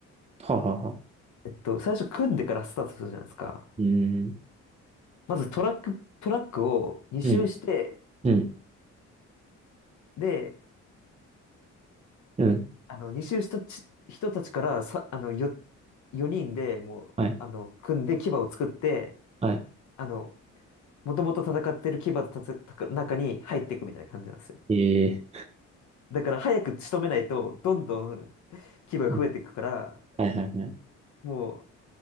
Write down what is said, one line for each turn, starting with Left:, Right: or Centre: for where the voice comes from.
Right: はあはあはあ
Left: えっと、最初組んでからスタートするじゃないですか。
Right: うーん、
Left: まずトラック、トラックを2周して、
Right: うん、うん、
Left: で、
Right: うん、
Left: あの、2周したち人たちからさ、あの、よ、4人でもう、
Right: はい、
Left: あの、組んで牙を作って、
Right: は
Left: あの、もともと戦ってる牙のたつた中に入っていくみたいな感じなんですよ。
Right: い、え
Left: だから早く仕留めないと、どんどん牙が増えていくから、
Right: ーはいはいはい、
Left: も